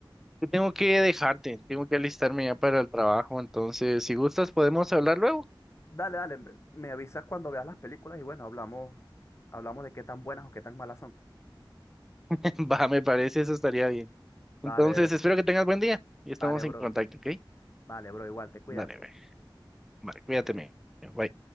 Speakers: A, in the centre; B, on the left.
A: que tengo que dejarte, tengo que alistarme ya para el trabajo, entonces si gustas podemos hablar luego.
B: dale, dale, me, me avisas cuando veas las películas y bueno, hablamos, hablamos de qué tan buenas o qué tan malas son.
A: <laughs> Va, me parece, eso estaría bien.
B: Dale,
A: Entonces, espero que tengas buen día y estamos
B: dale, bro,
A: en contacto, ¿ok?
B: dale, bro, igual, te cuidas.
A: Dale, güey. Vale, cuídate, mi- Bye.